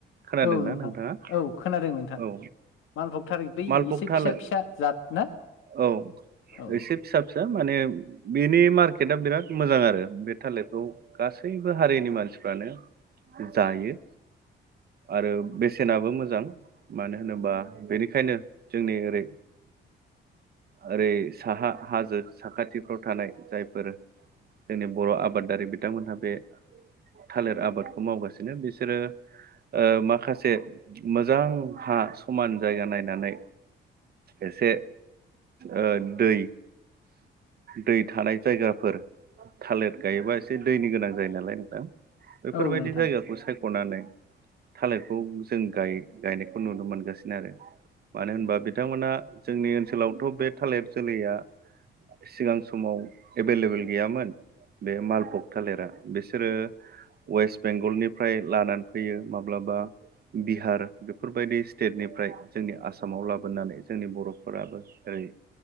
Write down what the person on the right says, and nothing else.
खोनादोंना
नोंथाङा
औ
मालभग
थालिर
औ
एसे फिसा फिसा माने बिनि मार्केटआ बिराद मोजां आरो बे थालिरखौ गासैबो हारिनि मानसिफ्रानो जायो आरो बेसेनाबो मोजां मानो होनोबा बेनिखायनो जोंनि ओरै ओरै साहा हाजो साखाथिफ्राव थानाय जायफोर जोंनि बर' आबादारि बिथांमोनहा बे थालिर आबादखौ मावगासिनो बिसोरो ओ माखासे मोजां हा समान जायगा नायनानै एसे ओ दै दै थानाय जायगाफोर थालिर गायोबा एसे दैनि गोनां जायो नालाय नोंथां बेफोरबायदि
जायगाखौ सायख'नानै थालिरखौ जों गायो गायनाय खौ नुनो मोनगासिनो आरो मानो होनबा बिथांमोना जोंनि ओनसोलावथ' बे थालिर जोलैया सिगां समाव एभेलेबोेल गैयामोन बे मालबग थालिरा बिसोरो वेस्ट बेंगलनिफ्राय लानानै फैयो माब्लाबा बिहार बेफोरबायदि स्टेटनिफ्राय जोंनि आसामाव लाबोनानै जोंनि बर'फोराबो ओरै